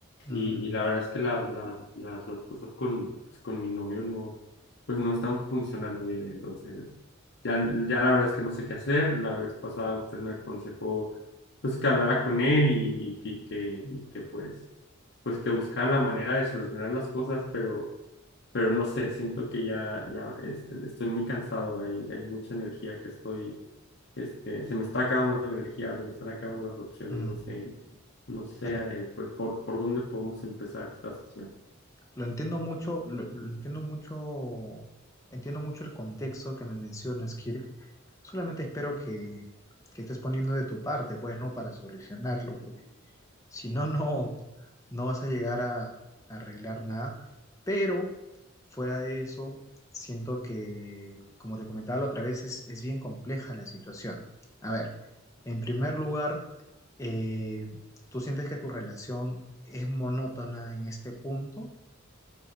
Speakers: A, on the left; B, on the left.
A: Mm,
B: Y, y la verdad es que las, las, las, las cosas con, pues, con mi novio no, pues no están funcionando bien. Entonces, ya, ya la verdad es que no sé qué hacer. La vez pasada usted me aconsejó pues que hablara con él y, y- y que, y que pues, pues que buscara la manera de solucionar las cosas, pero, pero no sé, siento que ya, ya es- estoy muy cansado. Hay, hay mucha energía que estoy este, se me está acabando la energía, se me están acabando las opciones,
A: mm.
B: no sé, no sé,
A: Lo, en-
B: eh, pues por, por dónde podemos empezar esta sesión.
A: lo entiendo mucho, lo, lo entiendo mucho, entiendo mucho el contexto que me mencionas, Kirk. Solamente espero que, que estés poniendo de tu parte, pues, ¿no? Para solucionarlo, porque si no, no, no vas a llegar a, a arreglar nada. Pero fuera de eso, siento que, como te comentaba la otra vez, es, es bien compleja la situación. A ver, en primer lugar. eh, ¿tú sientes que tu relación es monótona en este punto?